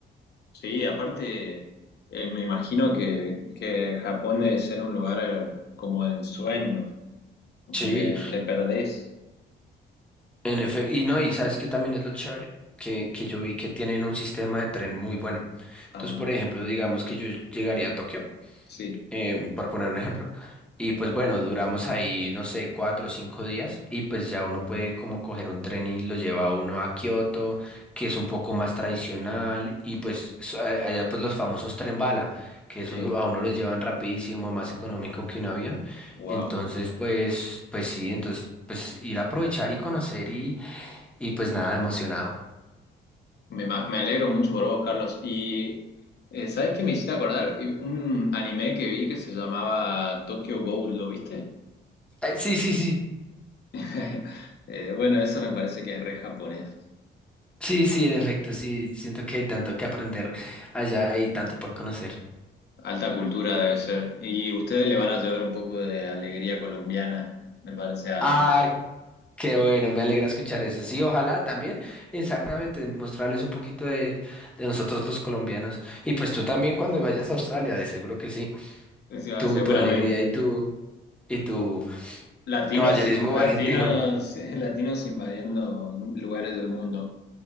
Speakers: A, on the left; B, in the centre.
A: Sí, aparte, eh, me imagino que, que Japón debe ser un lugar eh, como de ensueño, como
B: Sí,
A: que te perdés.
B: en efecto, y no, y sabes que también es lo chévere, que, que yo vi que tienen un sistema de tren muy bueno. Entonces,
A: Ah,
B: por ejemplo, digamos que yo llegaría a Tokio.
A: sí,
B: eh, por poner un ejemplo. Y pues bueno, duramos ahí, no sé, cuatro o cinco días y pues ya uno puede como coger un tren y lo lleva a uno a Kioto, que es un poco más tradicional y pues so- a- allá pues los famosos tren bala, que eso
A: sí.
B: a uno los llevan rapidísimo, más económico que un avión.
A: Wow.
B: Entonces pues, pues sí, entonces pues ir a aprovechar y conocer y, y pues nada, emocionado.
A: Me, ma- me alegro mucho por vos, Carlos. Y, eh, ¿sabés qué me hiciste acordar? Un anime que vi que se llamaba Tokyo Ghoul, ¿lo viste?
B: Ay, sí, sí, sí,
A: <laughs> Eh, bueno, eso me parece que es re japonés.
B: sí, sí, en efecto, sí, siento que hay tanto que aprender allá y tanto por conocer.
A: Alta cultura debe ser. Y ustedes le van a llevar un poco de alegría colombiana, me parece a
B: Ah,
A: los-
B: Qué bueno, me alegra escuchar eso. Sí, ojalá también, exactamente, mostrarles un poquito de, de nosotros los colombianos. Y pues tú también cuando vayas a Australia, de seguro que sí.
A: o sea,
B: Tu,
A: seguramente.
B: tu alegría y tu, y tu
A: Latinos,
B: caballerismo
A: latinos,
B: argentino.
A: <laughs> latinos invadiendo lugares del mundo.